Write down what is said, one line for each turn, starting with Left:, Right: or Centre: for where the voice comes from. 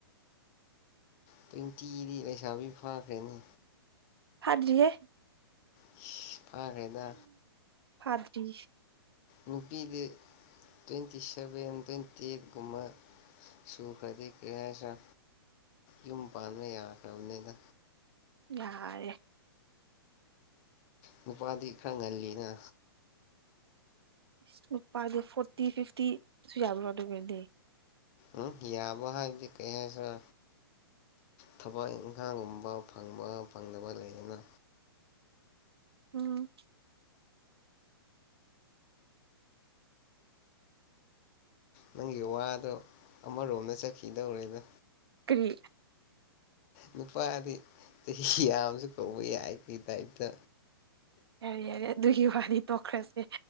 Left: ꯇ꯭ꯋꯦꯟꯇꯤꯗꯤ ꯂꯩꯁꯥꯕꯤ ꯐꯥꯈ꯭ꯔꯦꯅꯦ
Right: ꯐꯥꯗ꯭ꯔꯤꯍꯦ
Left: ꯏꯁ ꯐꯥꯈ꯭ꯔꯦꯗ
Right: ꯐꯥꯗ꯭ꯔꯤ
Left: ꯅꯨꯄꯤꯗꯤ ꯇ꯭ꯋꯦꯟꯇꯤ ꯁꯚꯦꯟ ꯇ꯭ꯋꯦꯟꯇꯤ ꯑꯦꯠꯀꯨꯝꯕ ꯁꯨꯈ꯭ꯔꯗꯤ ꯀꯩ ꯍꯥꯏꯁꯤꯔ ꯌꯨꯝ ꯄꯥꯟꯕ ꯌꯥꯈ꯭ꯔꯕꯅꯦꯗ
Right: ꯌꯥꯔꯦ
Left: ꯅꯨꯄꯥꯗꯤ ꯈꯔ ꯉꯜꯂꯤꯅ
Right: ꯏꯁ ꯅꯨꯄꯥꯗꯤ ꯐꯣꯔꯇꯤ ꯐꯤꯐꯇꯤꯁꯨ ꯌꯥꯕ꯭ꯔꯣ ꯑꯗꯨ ꯑꯣꯏꯗꯤ
Left: ꯎꯝ ꯌꯥꯕ ꯍꯥꯏꯗꯤ ꯀꯩꯍꯥꯏꯁꯤꯔ ꯊꯕꯛ ꯏꯪꯈꯥꯡꯒꯨꯝꯕ ꯐꯪꯕ ꯐꯪꯗꯕ ꯂꯩꯗꯅ
Right: ꯎꯝ
Left: ꯅꯪꯒꯤ ꯋꯥꯗꯣ ꯑꯃꯔꯣꯝꯗ ꯆꯠꯈꯤꯗꯧꯔꯦꯗ
Right: ꯀ꯭ꯔꯤ
Left: ꯅꯨꯄꯥꯗꯤ ꯆꯍꯤ ꯌꯥꯝꯁꯨ ꯀꯧꯕ ꯌꯥꯏ ꯀꯩ ꯇꯥꯏꯞꯇ
Right: ꯌꯥꯔꯦ ꯌꯥꯔꯦ ꯑꯗꯨꯒꯤ ꯋꯥꯗꯤ ꯇꯣꯛꯈ꯭ꯔꯁꯦ